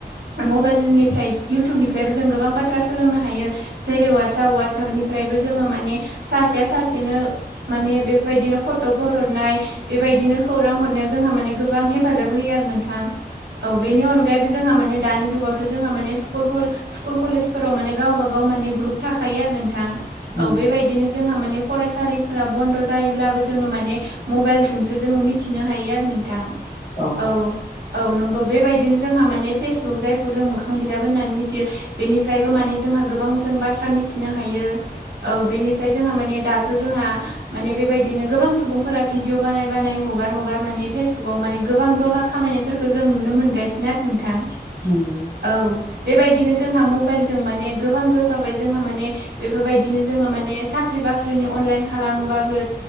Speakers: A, on the right; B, on the left.
A: मबाइलनिफ्राय इउटुबनिफ्रायबो जों गोबां बाथ्रा सोलोंनो हायो जेरै वाट्साप वाट्सापनिफ्रायबो जोङो माने सासेया सासेनो माने बेफोरबायदिनो फट'फोर हरनाय बेबायदिनो खौरां हरनायाव जोंहा माने गोबां हेब हेफाजाब होयो आरो नोंथां औ बेनि अनगायैबो जोंहा माने दानि जुगावथ' जोंहा माने स्कुल स्कुल कलेजफोराव माने गावबा गाव माने ग्रुप थाखायो आरो नोंथां
B: नंगौ
A: औ बेबाय दिनो जोंहा माने फरायसालिफोरा बन्द' जायोब्लाबो जोङो माने मबाइलजोंसो जोङो मिथिनो हायो आरो नो थां
B: औ
A: औ-औ नंगौ बेबायदिनो जोंहा माने फेसबुक जायखौ जों मोखां बिजाब होननानै मिथियो बेनिफ्रायबो माने जोंहा गोबां जों बाथ्रा मिथिनो हायो औ बेनिफ्राय जोंहा माने दाथ' जोंहा माने बेबायदिनो गोबां सुबुंफोरा भिडिअ बानाय बानाय हगार हगार माने फेसबुकाव माने गोबां डलार खामायनाय फोरखौ जों नुनो मोनगासिनो आरो नोंथां
B: नंगौ
A: औ बेबायदिनो जोंहा मबाइलजों माने गोबां जौगाबाय जोंहा माने बेफोरबायदिनो जोङो माने साख्रि बाख्रिनि अनलाइन खालामोबाबो